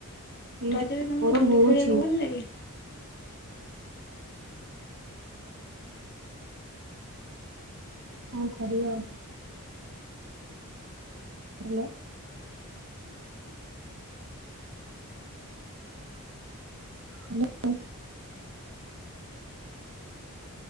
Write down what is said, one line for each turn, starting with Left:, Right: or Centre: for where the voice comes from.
Right: ଏଇ
Left: ରଜରେ
Right: ଯୋଉ
Left: ତମଙ୍କୁ
Right: ଗରମ
Left: ଦୋଳି
Right: ହଉଛି
Left: ଖେଳିବାକୁ ଭଲ ଲାଗେ?
Right: କଣ କରିବା ଆଉ? Hello. Hello.